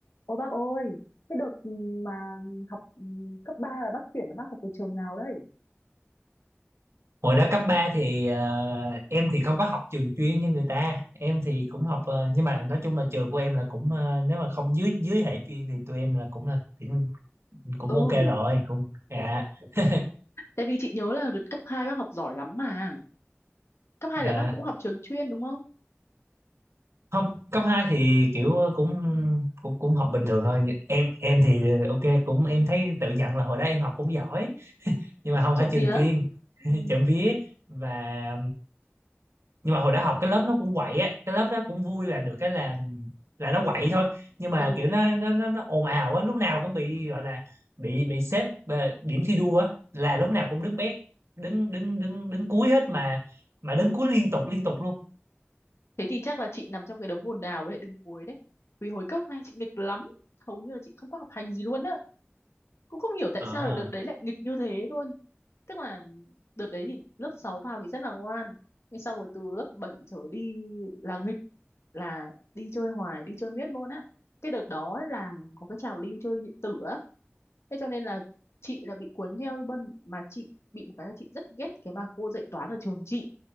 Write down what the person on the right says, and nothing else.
hồi đó cấp 3 thì ờ, em thì không có học trường chuyên như người ta em thì cũng học ờ, nhưng mà nói chung là trường của em là cũng ờ, nếu mà không dưới dưới hệ chuyên thì tụi em là cũng là cũng, cũng
ok rồi cũng dạ <laughs>
dạ
không cấp 2 thì kiểu cũng cũng cũng học bình thường thôi em em thì ờ, ok cũng em thấy tự nhận là hồi đó em học cũng giỏi nhưng mà không
phải trường
chuyên <laughs>
chậm vía và nhưng mà hồi đó học cái lớp nó cũng quậy á cái lớp đó cũng vui là được cái là là nó quậy thôi nhưng mà
kiểu nó nó nó, nó ồn ào á lúc nào cũng bị gọi là bị bị xếp ờ, điểm thi đua á là lúc nào cũng đứng bét đứng đứng đứng đứng cuối hết mà mà đứng cuối liên tục liên tục luôn
ờ